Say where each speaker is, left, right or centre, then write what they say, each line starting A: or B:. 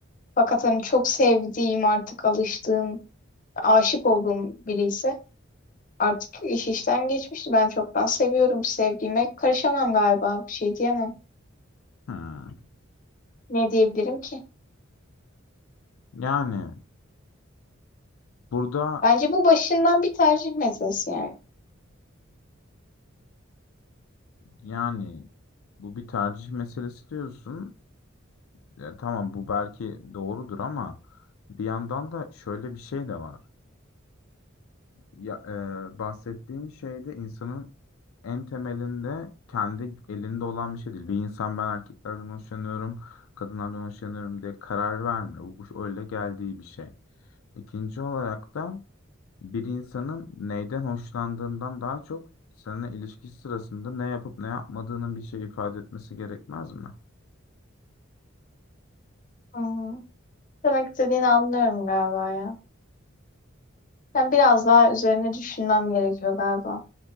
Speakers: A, on the left (about 40°); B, on the left (about 85°).
A: Fakat hani çok sevdiğim, artık alıştığım aşık olduğum biri ise artık iş işten geçmişti. Ben çoktan seviyorum. Sevdiğime karışamam galiba. Bir şey diyemem.
B: Hı.
A: Ne diyebilirim ki?
B: Yani burada
A: Bence bu başından bir tercih meselesi yani.
B: yani bu bir tercih meselesi diyorsun. Ya, tamam bu belki doğrudur ama bir yandan da şöyle bir şey de var. Ya, e, bahsettiğin şeyde insanın en temelinde kendi elinde olan bir şey değil. Bir insan ben erkeklerden hoşlanıyorum, kadınlardan hoşlanıyorum diye karar vermiyor. Bu bu öyle geldiği bir şey. İkinci olarak da bir insanın neyden hoşlandığından daha çok seninle ilişki sırasında ne yapıp ne yapmadığının bir şey ifade etmesi gerekmez mi?
A: Hmm. Demek istediğini anlıyorum galiba ya. Ben biraz daha üzerine düşünmem gerekiyor galiba.